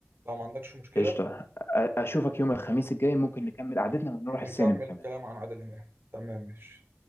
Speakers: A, on the right; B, on the left.
A: لو ما عندكش مشكلة
B: قشطة أ- اشوفك يوم الخميس الجاي ممكن نكمل قعدتنا ونروح
A: نكمل
B: السينما كمان
A: الكلام عن عادل إمام تمام ماشي